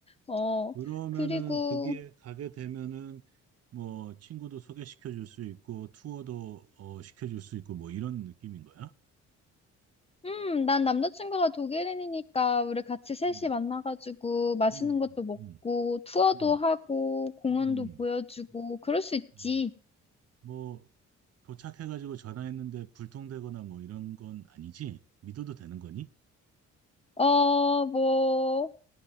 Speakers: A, on the left (about 20°); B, on the right (about 55°).
A: 어,
B: 그러면은,
A: 그리고
B: 그게 가게 되면은, 뭐, 친구도 소개시켜 줄 수 있고, 투어도, 어, 시켜 줄 수 있고, 뭐, 이런 느낌인 거야?
A: 음, 난 남자친구가 독일인이니까 우리 같이 셋이
B: 음,
A: 만나가지고 맛있는
B: 음,
A: 것도 먹고
B: 음.
A: 투어도
B: 음.
A: 하고 공원도
B: 음,
A: 보여주고 그럴 수 있지.
B: 어, 뭐, 도착해가지고 전화했는데 불통되거나 뭐 이런 건 아니지? 믿어도 되는 거니?
A: 어, 뭐,